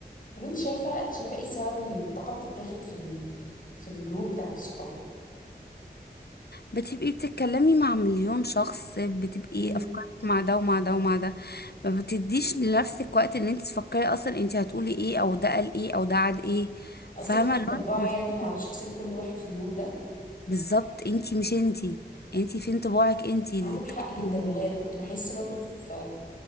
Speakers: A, on the left; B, on the left.
A: طب انت شايفه شايفه ايه السبب ان الطاقه بتتاخد في ال... في الجروب بتاعت الصحاب
B: بتبقي بتتكلمي مع مليون شخص بتبقي
A: امم
B: أفكارك مع ده ومع ده ومع ده ما بتديش لنفسك وقت ان انت تفكري اصلا انت هتقولي ايه او ده قال ايه او ده عاد ايه
A: قصدك
B: فاهمه
A: بتطبعي
B: اللي هو انت محسوسة
A: يعني على شخصيه كل واحد في الجروب ده
B: بالظبط انت مش انت انت فين طباعك انت اللي
A: عندك
B: بتتكلمي
A: حق جدا
B: بيه.
A: والله انا كنت بحس برضو في